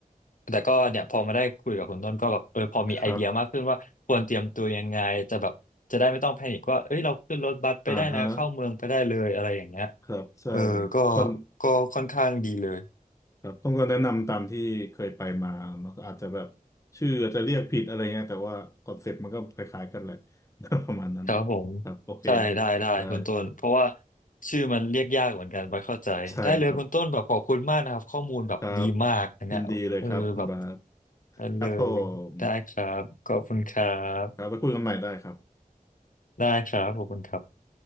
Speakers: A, on the left; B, on the left.
A: แต่ก็เนี่ยพอมาได้คุยกับคุณต้นก็แบบเออพอมีไอเดียมากขึ้นว่าควรเตรียมตัวยังไงจะแบบจะได้ไม่ต้องแพนิคว่าเอ้ยเราขึ้นรถบัสไปได้นะเข้าเมืองไปได้เลยอะไรอย่างเงี้ย
B: ครับอ่าฮะครับใช่
A: เออก็
B: ก่อน
A: ก็ค่อนข้างดีเลย
B: ครับต้องก็แนะนำตามที่เคยไปมามันก็อาจจะแบบชื่ออาจจะเรียกผิดอะไรเงี้ยแต่ว่าคอนเซ็ปต์มันก็คล้ายๆกันแหละ <laughs> ประมาณนั้น
A: ครับผม
B: ครับโอเค
A: ใช่ได้ได้คุณต้นเพราะว่า
B: ได้
A: ชื่อมันเรียกยากเหมือนกันไปเข้าใจได้เลยคุณต้นแบบขอบคุณมากนะครับข้อมูลแบบดีมากอันเนี้ยเออแบบ
B: ใช่ครับครับยินดีเลยครับคุณบาส
A: อันเลยได้ครับขอบคุณครับ
B: ครับผมครับไปคุยกันใหม่ได้ครับ
A: ได้ครับขอบคุณครับ